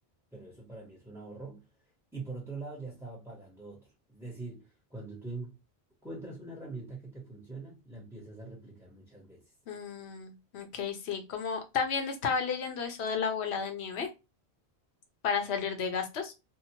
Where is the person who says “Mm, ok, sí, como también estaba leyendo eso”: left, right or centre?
Left